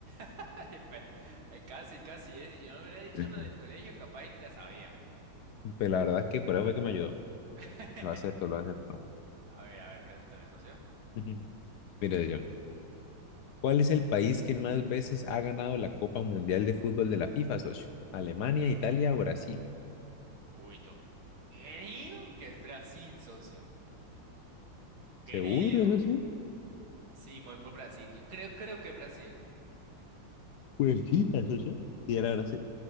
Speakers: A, on the right (about 85°); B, on the left (about 70°).
A: <laughs> Ay, pe- eh, Casi, casi es. Si yo no hubiera dicho
B: Ujú.
A: lo del colegio, capaz y ni la sabía.
B: Pero la verdad es que por eso fue que me ayudó.
A: <laughs>
B: Lo acepto, lo acepto.
A: A ver, a ver, pregúntame, socio.
B: Ujú. Mire, yo. ¿Cuál es el país que más veces ha ganado la Copa Mundial de Fútbol de la FIFA, socio? ¿Alemania,
A: Uy,
B: Italia o Brasil?
A: uy, yo creo que es Brasil, socio. Creo.
B: ¿Seguro, socio?
A: Sí, me voy por Brasil. Yo creo, creo que es Brasil.
B: Pues sí, socio. Sí, era Brasil.